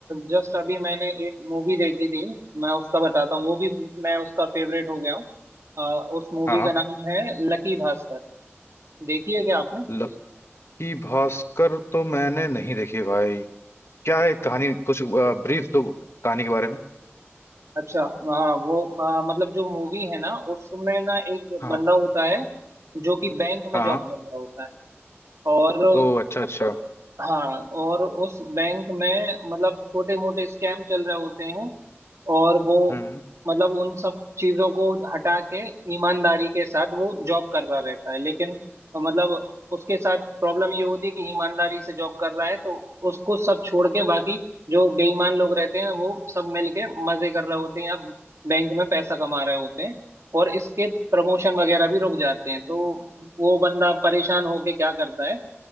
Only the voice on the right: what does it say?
जस्ट अभी मैंने एक मूवी देखी थी मैं उसका बताता हूँ वो भी मैं उसका फेवरेट हो गया हूँ आ, उस मूवी
का नाम है लकी भास्कर देखी है क्या आपने
आ,
अच्छा हाँ वो आ, मतलब जो मूवी है ना उसमें ना एक
बंदा होता है जो कि बैंक में
जॉब कर रहा होता है और
हाँ और उस बैंक में मतलब छोटे मोटे स्कैम चल रहे होते हैं और वो
मतलब उन सब चीजों को हटा के ईमानदारी के साथ वो जॉब कर रहा रहता है लेकिन मतलब उसके साथ प्रॉब्लम ये होती है कि ईमानदारी से जॉब कर रहा है तो उसको सब छोड़ के बाकी जो बेईमान लोग रहते हैं वो सब मिलके मजे कर रहे होते हैं या बैंक में पैसा कमा रहे होते हैं और इसके प्रमोशन वगैरह भी रुक जाते हैं तो वो बंदा परेशान होके क्या करता है